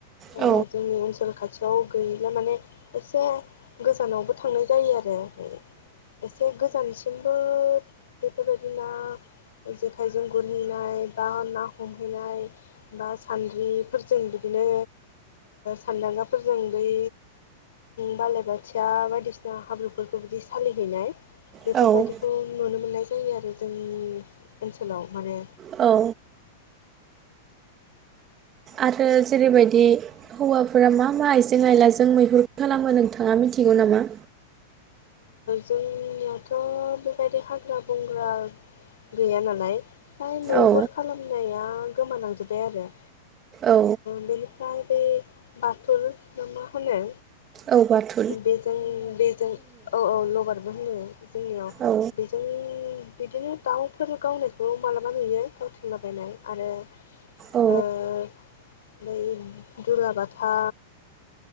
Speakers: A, on the right; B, on the left.
A: औ
B: जोंनि ओनसोल खाथियाव गैयैल माने एसे गोजानावबो थांनाय जायो आरो ओ एसे गोजानसिमबो बेफोरबायदिना ज आखाइजों गुरहैनाय बा ना हमहैनाय बा सानद्रिफोरजों बिदिनो सान्दांगाफोरजों बै बाालाय बाथिया बायदिसिना हाब्रुफोरखौ बिदि फालिहैनाय बेफोरबायदिखौ
A: औ
B: नुनो मोननाय जायो आरो जोंनि ओनसोलाव माने
A: औ आरो जेरैबायदि हौवाफोरा मा मा आइजें आइलाजों मैहुर खालामो नोंथाङा मिथिगौ नामा
B: जोंनियाथ' बेबायदि हाग्रा बंग्रा गैया नालाय फ्राय मैहुर
A: औ
B: खालामनाया गोमानांजोबबाय आरो
A: औ
B: बेनिफ्राय बे बाथौ न मा होनो
A: औबाथ'
B: बेजों बेजों औ औ लगारबो होनो जोंनियाव
A: औ
B: बे जों बिदिनो दाउफोर गावनायखौ मालाबा नुयो गावथिंलाबायनाय आरो ओ
A: औ
B: ओमफ्राय दुलाबाथा